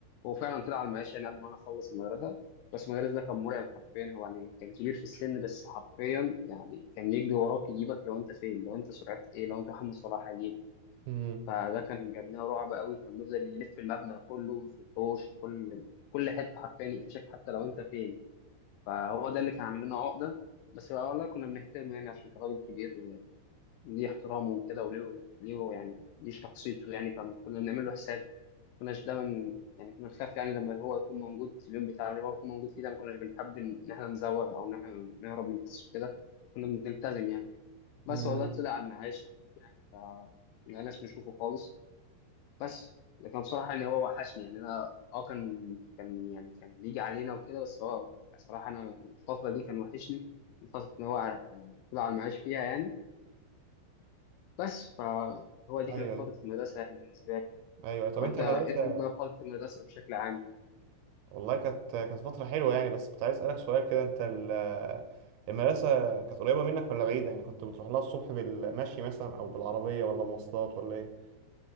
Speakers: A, on the left (about 90°); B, on the right (about 85°).
A: هو فعلا طلع على المعاش يعني قبل ما انا اخلص المدرسه بس المدرس ده كان مرعب حرفيا هو يعني كان كبير في السن بس حرفيا يعني كان يجري وراك يجيبك لو انت فين لو انت سرعه ايه لو انت محمد صلاح هيجيبك
B: امم
A: فده كان جاب لنا رعب قوي كان بيفضل يلف المبنى كله في الحوش في كل كل حته حرفيا يقفشك حتى لو انت فين فهو ده اللي كان عامل لنا عقده بس والله كنا بنحترمه يعني عشان كان راجل كبير وليه احترامه وكده وليه ليه يعني ليه شخصيته يعني فكنا بنعمل له حساب كناش دايما يعني كنا بنخاف يعني لما هو يكون موجود في اليوم بتاع اللي هو يكون موجود فيه ده ما كناش بنحب ان إن احنا نزوغ او ان احنا نهرب من الحصص كده كنا بنلتزم يعني بس
B: امم
A: هو ده طلع على المعاش يعني ف ما بقناش بنشوفه خالص بس لكن بصراحة يعني هو وحشني يعني انا اه كان كان يعني كان بيجي علينا وكده بس هو بصراحة انا الفترة دي كان وحشني الفترة ان هو ع- طلع على المعاش فيها يعني بس فهو دي
B: ايوه
A: كانت فترة
B: ايوه
A: المدرسة يعني بالنسبة لي
B: ايوه طب
A: فانت
B: انت المدرسة
A: ايه رأيك بقى في فترة المدرسة بشكل عام؟
B: والله كانت كانت فترة حلوة يعني بس كنت عايز أسألك سؤال كده أنت ال- المدرسة كانت قريبة منك ولا بعيدة يعني كنت بتروح لها الصبح بالمشي مثلا أو بالعربية ولا مواصلات ولا إيه؟